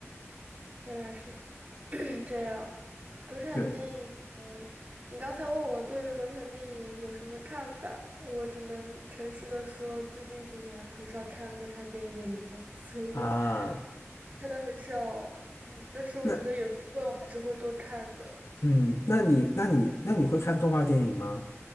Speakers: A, on the right; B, on the left.
A: 原来是 <clears throat> 这样。国产电影，
B: 对
A: 你刚才问我对于国产电影有什么看法，我只能诚实的说，最近几年很少看国产电影了，所以
B: 啊，
A: 看的很少。嗯，但是我觉得有机会我还是会多看的。
B: 那嗯，那你那你那你会看动画电影吗？